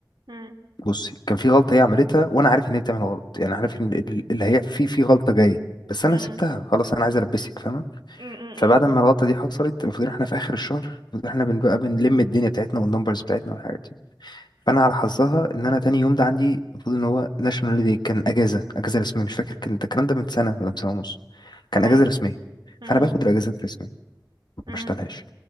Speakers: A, on the right; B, on the left.
A: امم
B: بصي كان في غلطه هي عملتها وانا عارف ان هي بتعمل غلط يعني عارف ان ال- اللي هي في في غلطه جايه بس انا
A: امم
B: سبتها خلاص انا عايز البسك فاهمه
A: امم
B: فبعد ما الغلطه دي حصلت المفروض إن احنا في اخر الشهر المفروض إن احنا بنبقى بنلم الدنيا بتاعتنا والنمبرز بتاعتنا والحاجات دي فانا على حظها ان انا تاني يوم ده عندي المفروض ان هو ناشونال داي كان اجازه اجازه رسميه مش فاكر كان ده الكلام ده من سنه ولا من سنه ونص
A: تمام
B: كان اجازه رسميه
A: امم
B: فانا باخد الاجازات الرسميه ما
A: امم
B: بشتغلهاش